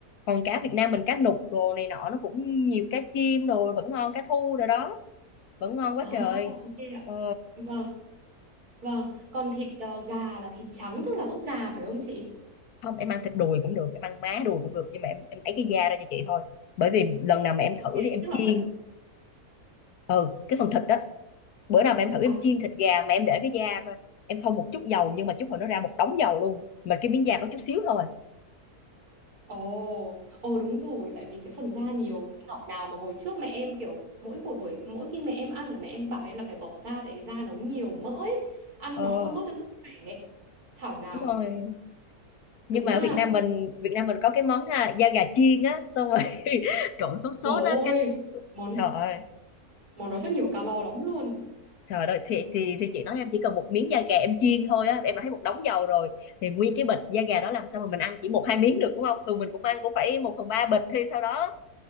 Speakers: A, on the left (about 80°); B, on the right (about 80°).
A: còn cá Việt Nam mình cá nục đồ này nọ nó cũng nhiều cá chim đồ vẫn ngon cá thu đồ đó vẫn ngon
B: À
A: quá trời
B: ok ạ.
A: ờ
B: Vâng, vâng. Còn thịt ờ, gà là thịt trắng tức là ức gà phải không chị?
A: không em ăn thịt đùi cũng được em ăn má đùi cũng được nhưng mà em em ấy cái da ra cho chị thôi bởi vì lần nào mà em
B: Ok,
A: thử đi em
B: tức là
A: chiên
B: phần
A: ừ cái phần thịt đó bữa nào mà em thử em
B: à,
A: chiên thịt gà mà em để cái da coi em không một chút dầu nhưng mà chút hồi nó ra một đống dầu luôn mà cái miếng da có chút xíu thôi
B: Ồ, ồ đúng rồi, tại vì cái phần da nhiều thảo nào mà hồi trước mẹ em kiểu mỗi một buổi mỗi khi mẹ em ăn là mẹ em bảo em là phải bỏ da tại da nó nhiều mỡ ấy. Ăn
A: ờ
B: nó không tốt cho sức khỏe. ấy. Thảo nào,
A: đúng rồi nhưng
B: đúng
A: mà
B: ha.
A: ở Việt Nam mình Việt Nam mình có cái món à, da gà chiên á xong rồi <laughs> trộn sốt
B: Trời
A: sốt á cái
B: ơi, món
A: trời ơi
B: món đó chắc nhiều calo lắm luôn.
A: Trời ơi, thì, thì thì chị nói em chỉ cần một miếng da gà em chiên thôi á, em đã thấy một đống dầu rồi. Thì nguyên cái bịch da gà đó làm sao mà mình ăn chỉ một hai miếng được đúng không? Thường mình cũng ăn cũng phải một phần ba bịch hay sao đó.